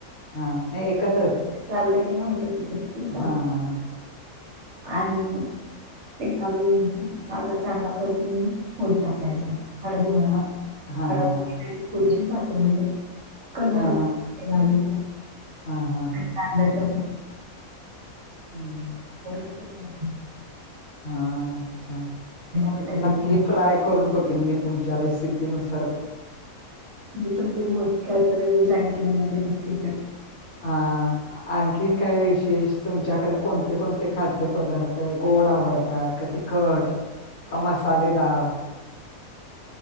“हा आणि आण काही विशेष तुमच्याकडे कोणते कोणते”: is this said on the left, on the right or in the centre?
Left